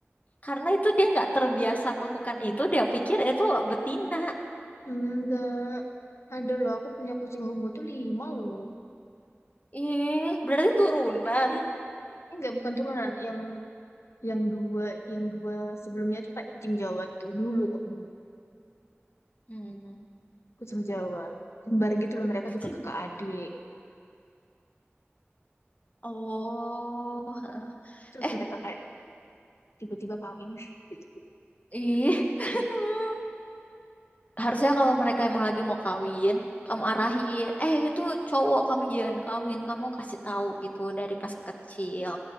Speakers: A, on the left; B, on the left.
A: karena itu dia nggak terbiasa melakukan itu, dia pikir itu betina.
B: Enggak. Ada loh, aku punya kucing homo tuh lima loh.
A: Eh, berarti turunan.
B: Enggak, bukan turunan. Yang yang dua, yang dua sebelumnya tuh kayak kucing Jawa gitu. Dulu kok, dulu.
A: Hmm,
B: ikut sama Jawa kembar gitu loh mereka
A: kucing.
B: juga kakak adik
A: Oh,
B: terus
A: eh,
B: mereka kayak tiba-tiba kawin <laughs>
A: ih. <laughs> harusnya kalau mereka emang lagi mau kawin, kamu arahin, eh itu cowok kamu jangan kawin, kamu kasih tahu gitu dari pas kecil.